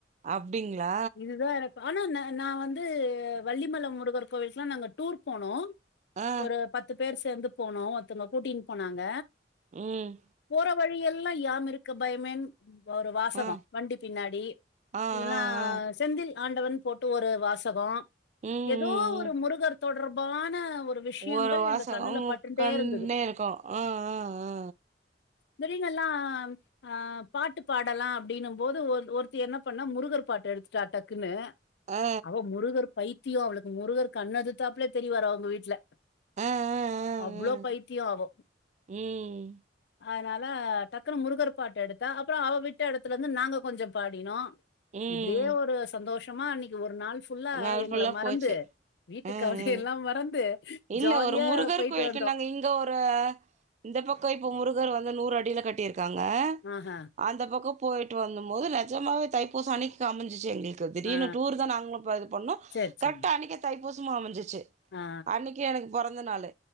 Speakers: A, on the right; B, on the left.
A: அப்டிங்களா
B: இதுதா எனக்கு ஆனா ன நா வந்து வள்ளிமலை முருகர் கோவிலுக்குலா நாங்க டூர் போனோ
A: ஆ ஆ
B: ஒரு பத்து பத்து பேர் சேந்து போனோ ஒருத்தவங்க கூட்டின்னு போனாங்க
A: ம்
B: போற வழியெல்லா யாம் இருக்க பயமேன் ஒரு வாசகோ
A: ஆ
B: வண்டி பின்னாடி
A: ஆ
B: இல்ல
A: ஆ
B: அ
A: ஆ
B: செந்தில் ஆண்டவன் போட்டு ஒரு வாசகோ
A: ம்
B: ஏதோ
A: ம்
B: ஒரு
A: ம்
B: முருகர் தொ தொடர்பான ஒரு விஷயங்கள்
A: ஒரு வாசகம்
B: எங்க கண்ணுல பட்டுட்டே
A: கண்டே
B: இருந்தது.
A: இருக்கு அ அ அ
B: வெளில எல்லா அ பாட்டு பாடலா அப்டின்ன போது ஒரு ஒருத்தி என்ன பண்ணா முருகர் பாட்டு எடுத்துட்டா டக்குன்னு
A: ஆ ஆ
B: அவ முருகர் பைத்தியம் அவளுக்கு முருகர் கண் எதுத்தாப்புலே தெரிவாரு அவங்க வீட்டுல
A: ஆ ஆ ஆ ஆ
B: அவ்ளோ
A: ஆ
B: பைத்தியம் அவ
A: ம்
B: அதனால டக் டக்குனு முருகர் பாட்டு எடுத்தா அப்பறோ அவ விட்ட எடத்துல இருந்து நாங்க கொஞ்சோ பாடினோ
A: ம்
B: இப்டியே ஒரு சந்தோஷமா இன்னைக்கு ஒரு நாள் ஃபுல்லா
A: நாள்
B: எங்கள
A: ஃபுல்லா
B: மறந்து
A: போச்சு
B: வீட்டுக்
A: ம்
B: கவலை
A: ம்
B: எல்லா மறந்து
A: இல்ல
B: ஜாலியா
A: ஒரு முருகர்
B: பேய்ட்டு
A: கோயிலுக்கு
B: வந்தோ
A: நாங்க இங்க ஒரு இந்த பக்கோ இப்ப முருகர் வந்து நூறு அடியில கட்டிருக்காங்க
B: ஆஹா
A: அந்த பக்கோ போயிட்டு வந்த போது நிஜாவவே தைபூசம் அன்னக்கி காமிஞ்சிச்சு எங்களுக்கு திடீர்னு
B: ஆ
A: டூர் தா நாங்களு ப இது பண்ணும்
B: சேரி
A: கரெக்டா
B: சேரி
A: அன்னைக்கே தைப்பூசமு அமைஞ்சிச்சு
B: ஆ
A: அன்னக்கு எனக்கு பொறந்த நாளு